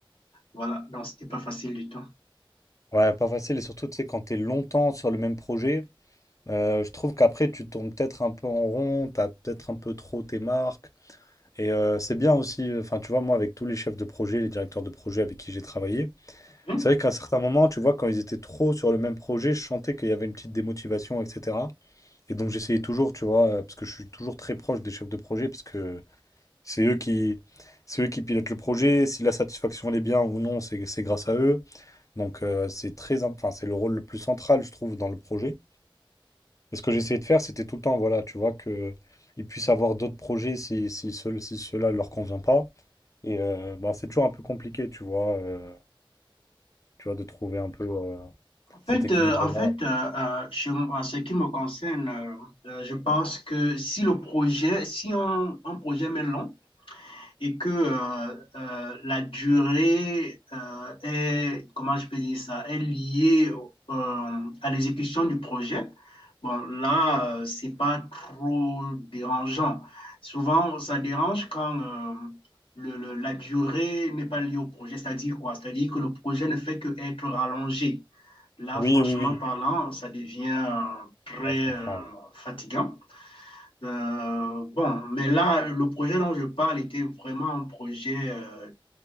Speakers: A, on the left; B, on the left.
A: Voilà, donc c'était pas facile du tout.
B: Ouais, pas facile, et surtout, tu sais, quand t'es longtemps sur le même projet, euh, je trouve qu'après, tu tombes peut-être un peu en rond, t'as peut-être un peu trop tes marques. Et euh, c'est bien aussi, euh, enfin, tu vois, moi, avec tous les chefs de projet, les directeurs de projet avec qui j'ai travaillé,
A: Ok.
B: c'est vrai qu'à un certain moment, tu vois, quand ils étaient trop sur le même projet, je sentais qu'il y avait une petite démotivation, etc. Et donc, j'essayais toujours, tu vois, euh, parce que je suis toujours très proche des chefs de projet, parce que C'est eux qui, c'est eux qui pilotent le projet. Si la satisfaction elle est bien ou non, c'est c'est grâce à eux. Donc euh, c'est très, im- enfin, c'est le rôle le plus central, je trouve, dans le projet. Et ce que j'essayais de faire, c'était tout le temps, voilà, tu vois, que ils puissent avoir d'autres projets si, si, ce- si cela leur convient pas. Et euh, bah, c'est toujours un peu compliqué, tu vois, euh, tu vois, de trouver un peu euh,
A: En fait,
B: cet équilibre-là.
A: euh, en fait, euh, euh, je- en ce qui me concerne, euh, euh, je pense que si le projet, si un, un projet met long, et que euh, euh, la durée euh, est, comment je peux dire ça, est liée euh, à l'exécution du projet, bon, là, euh, c'est pas trop dérangeant. Souvent, ça dérange quand euh, le- le- la durée n'est pas liée au projet, c'est-à-dire quoi? C'est-à-dire que le projet ne fait que être rallongé. Là,
B: Oui,
A: franchement
B: oui, oui.
A: parlant, ça devient euh, très
B: Ah, je comprends.
A: euh, fatigant. Euh, bon, mais là, le projet dont je parle était vraiment un projet euh,